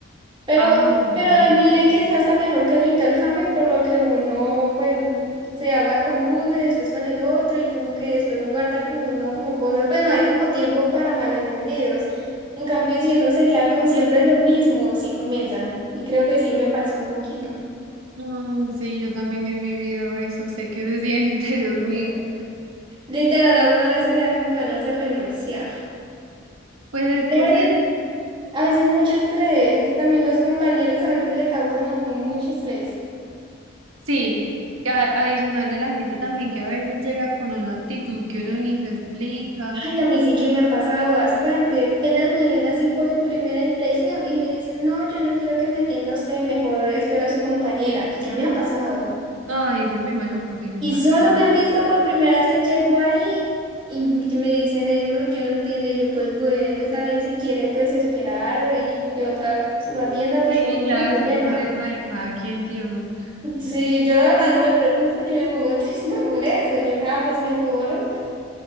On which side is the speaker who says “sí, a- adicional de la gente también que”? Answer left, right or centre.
Right